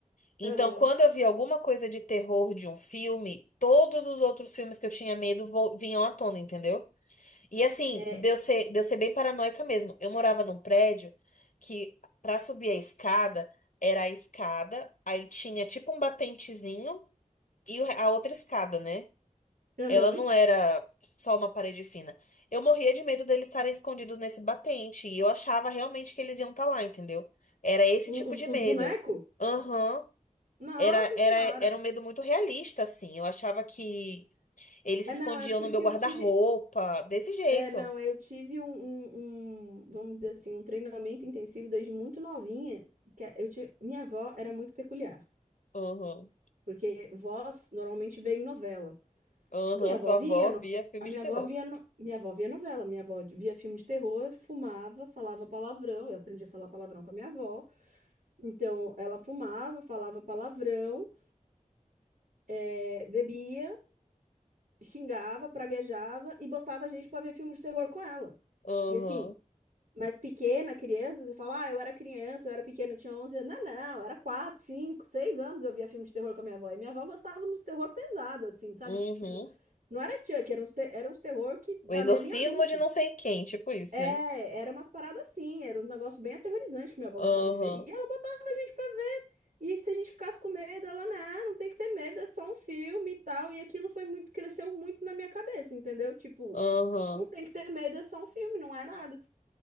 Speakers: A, on the left (about 65°); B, on the right (about 80°).
A: Então,
B: Aham.
A: quando eu via alguma coisa de terror de um filme, todos os outros filmes que eu tinha medo vo- vinham à tona, entendeu? E assim,
B: É,
A: deu ser, deu ser bem paranoica mesmo. Eu morava num prédio que, pra subir a escada, era a escada, aí tinha tipo um batentezinho e o- a outra escada, né?
B: aham.
A: Ela não era só uma parede fina. Eu morria de medo deles estarem escondidos nesse batente. E eu achava realmente que eles iam estar lá, entendeu? Era esse
B: O-
A: tipo
B: Os,
A: de
B: os
A: medo.
B: bonecos?
A: Aham.
B: Nossa
A: Era, era,
B: senhora.
A: era um medo muito realista, assim. Eu achava que eles
B: É,
A: se
B: não,
A: escondiam
B: é porque
A: no meu guarda-roupa.
B: eu tive.
A: Desse jeito.
B: É, não, eu tive um, um- um, vamos dizer assim, um treinamento intensivo desde muito novinha. Que é, eu tive, minha avó era muito peculiar,
A: Aham.
B: porque vós normalmente vê em novela.
A: Aham.
B: A minha avó
A: Sua
B: via,
A: avó
B: no-
A: via filme
B: a minha
A: de terror.
B: avó via, no- minha avó via novela, minha avó via filme de terror, fumava, falava palavrão. Eu aprendi a falar palavrão com a minha avó. Então, ela fumava, falava palavrão, eh, bebia, xingava, praguejava e botava a gente para ver filme de terror com ela.
A: Aham.
B: E assim, mas pequena, criança, você fala, ah, eu era criança, eu era pequena, eu tinha 11 anos. Não, não, eu era 4 5 6 anos eu via filme de terror com a minha avó. E minha avó gostava dos terror pesado, assim, sabe?
A: Uhum.
B: Tipo, não era Chuck, era uns, te- era uns terror que dá
A: O exorcismo
B: medo em adulto.
A: de não sei quem. Tipo isso,
B: É,
A: né?
B: era umas paradas assim, era uns negócios bem aterrorizantes que minha avó
A: Aham.
B: gostava de ver. E ela botava a gente pra ver. E se a gente ficasse com medo, ela, não, não tem que ter medo, é só um filme e tal. E aquilo foi muito, cresceu muito na minha cabeça, entendeu? Tipo,
A: Aham.
B: não tem que ter medo, é só um filme, não é nada.